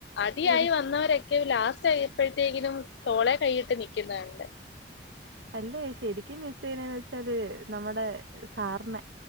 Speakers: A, on the left (about 70°); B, on the right (about 70°).
A: അടിയായി
B: ശരിക്കും
A: വന്നവരൊ ക്കെ ലാസ്റ്റ് ആയപ്പോഴത്തേക്കിനും തോളെ കൈയിട്ട് നിക്കുന്ന കണ്ട്
B: അല്ലേ ശരിക്കും മിസ് ചെയ്യുന്നത് വെച്ചാല് നമ്മുടെ സാറ്നെ